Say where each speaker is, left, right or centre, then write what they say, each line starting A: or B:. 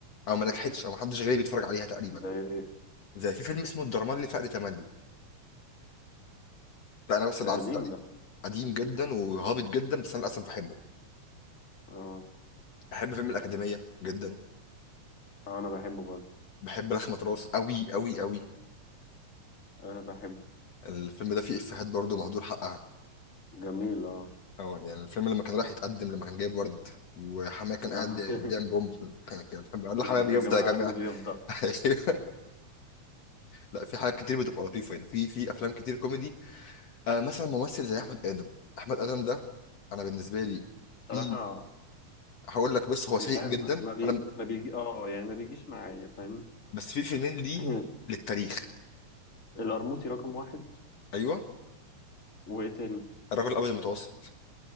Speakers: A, on the left; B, on the left.
A: او ما نجحتش او ما حدش غيري بيتفرج عليها تقريبا
B: زي ايه
A: زي في فيلم اسمه الدرمان لفقر تملي ده انا بس اللي
B: ده
A: عارفه
B: قديم
A: تقريبا
B: ده
A: قديم جدا وهابط جدا بس انا للاسف بحبه
B: اه
A: بحب فيلم الأكاديمية جدا
B: آه، انا بحبه برضه
A: بحب لخمة راس أوي أوي أوي
B: انا بحبه
A: الفيلم ده فيه إفيهات برضه مهدور حقها
B: جميل اه
A: اه يعني الفيلم لما كان رايح يتقدم لما كان جايب ورد وحماه كان
B: <laughs>
A: قاعد بيعمل بوم <laughs> كان كان بيقول له حماه
B: يا
A: بيفضى
B: جماعة
A: يا جماعة
B: عم بيفضل
A: <laughs> أيوه. لا في حاجات كتير بتبقى لطيفة يعني في في أفلام كتير كوميدي آه مثلا ممثل زي أحمد آدم أحمد آدم ده أنا بالنسبة لي
B: صراحة
A: في هقول لك بس هو سيء
B: مش عارف
A: جدا
B: ما ما بي
A: أنا
B: ما بيجي اه يعني ما بيجيش معايا فاهم
A: بس في فيلمين ليه
B: <coughs>
A: للتاريخ
B: <clears throat> القرموطي رقم واحد
A: أيوه
B: وايه تاني
A: الرجل الأبيض المتوسط